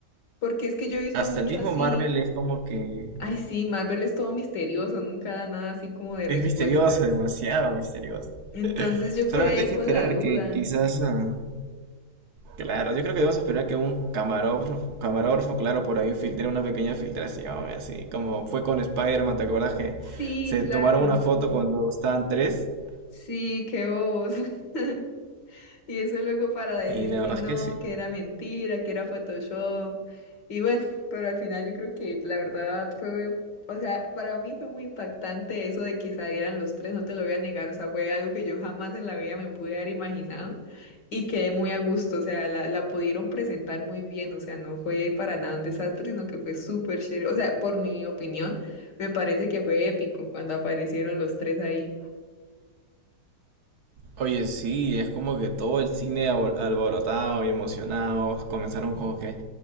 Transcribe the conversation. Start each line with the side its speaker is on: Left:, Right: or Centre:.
Left: porque es que yo he visto
Right: hasta
Left: mucho
Right: el mismo
Left: así,
Right: Marvel es como que
Left: ay sí, Marvel es todo misterioso, nunca da nada así como de
Right: es
Left: respuestas,
Right: misterioso, demasiado misterioso.
Left: entonces yo
Right: Solamente
Left: quedé ahí
Right: hay que
Left: con
Right: esperar
Left: la duda,
Right: que quizás ah, Claro, yo creo que debemos esperar que un camarógrafo, camarógrafo, claro, por ahí filtre una pequeña filtración, así como fue con Spider-Man, ¿te acuerdas que
Left: sí,
Right: se
Left: claro,
Right: tomaron una foto cuando estaban tres?
Left: sí, qué bobos. <laughs> Y eso luego para decir
Right: Y la
Left: que
Right: verdad
Left: no,
Right: es que sí.
Left: que era mentira, que era Photoshop. Y bueno, pero al final yo creo que la verdad fue, o sea, para mí fue muy impactante eso de que salieran los tres, no te lo voy a negar, o sea, fue algo que yo jamás en la vida me pude haber imaginado y quedé muy a gusto, o sea, la, la pudieron presentar muy bien, o sea, no fue para nada un desastre, sino que fue súper chévere, o sea, por mi opinión, me parece que fue épico cuando aparecieron los tres ahí.
Right: Oye, sí, es como que todo el cine abo- alborotado y emocionado comenzaron como que